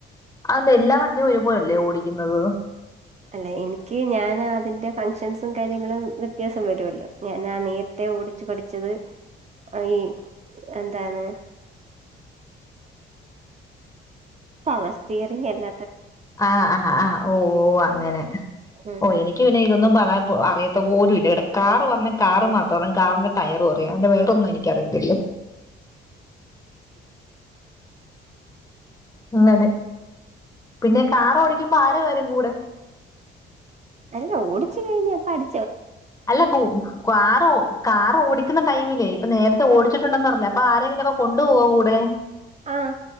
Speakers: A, on the left; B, on the right.
A: അതെന്തേ എല്ലാ വണ്ടിയും ഒരുപോലല്ലേ ഓടിക്കുന്നത്
B: അല്ല എനിക്ക് ഞാൻ അതിന്റെ ഫങ്ഷൻസും കാര്യങ്ങളും വ്യത്യാസം വരുല്ലോ ഞാൻ ആ നേരത്തെ ഓടിച്ചു പഠിച്ചത് അ ഈ എന്താണ് സമസ്തിയറിങ് അല്ല
A: ആഹ് ആ ആഹ് ഓ ഓ അങ്ങനെ
B: ആഹ്
A: ഓ എനിക്ക് പിന്നെ ഇതൊന്നും പറയാന് അറിയാത്ത പോലും ഇല്ല ഇവിടെ കാർ വന്ന് കാറ് മാത്രണ് കാറിന്റെ ടയറൊ പറിം അതിന്റെ വേറെന്നും എനിക്കറിയത്തില്ല അങ്ങനെ പിന്നെ കാറ് ഓടിക്കുമ്പോ ആര് വരും കൂടെ
B: അല്ല ഓടിച്ചു കഴിഞ്ഞ പഠി
A: അല്ല കു കാറോ കാർ ഓടിക്കുന്ന ടൈമില്ലേ ഇപ്പൊ നേരത്തെ ഓടിച്ചിട്ടുണ്ടന്ന്റിഞ്ലെ അപ്പൊ ആരെങ്കിലുംക്കെ കൊണ്ടു പോക കൂടെ
B: ആഹാ